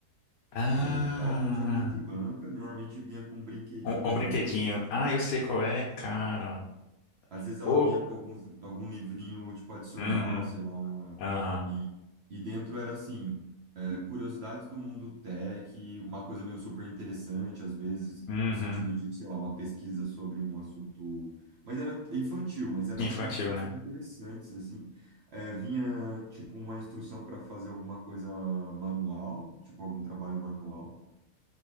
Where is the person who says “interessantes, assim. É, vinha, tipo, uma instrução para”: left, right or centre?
Right